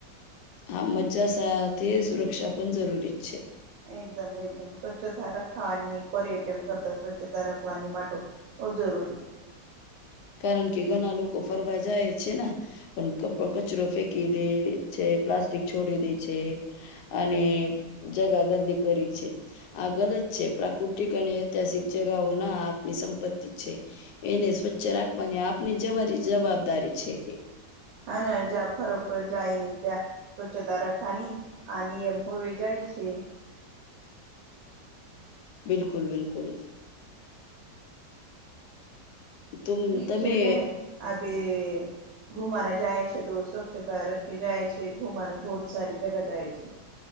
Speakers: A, on the left; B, on the right.
A: હા મજા સાથે સુરક્ષા પણ જરૂરી જ છે.
B: એકદમ એકદમ સ્વચ્છતા રખવાની પર્યટન કરતા સ્વચ્છતા રાખવાની માટો. બ જરૂરી
A: કારણ કે ઘણા લોકો ફરવા જાય છે ને પણ કચરો ફેંકી દે છે પ્લાસ્ટિક છોડી દે છે અને જગા ગંદી કરી છે. આ ગલત છે પ્રાકૃતિક અને ઐતિહાસિક જગાઓ ના આપની સંપત્તિ છે. એને સ્વચ્છ રાખવાની આપની જરી જવાબદારી છે કે.
B: હા ના જ્યાં ફરક જાય ન ત્યાં સ્વચ્છતા રખવાની આ નિયમ હોવે જાય છે.
A: બિલકુલ બિલકુલ તુમ
B: ઠીક
A: તમે
B: છે બેન અભે ઘુમા ના જાય છે તો સ્વચ્છતા રખે જાય છે ઘુમાનું બહુત સારી જગ જાય છે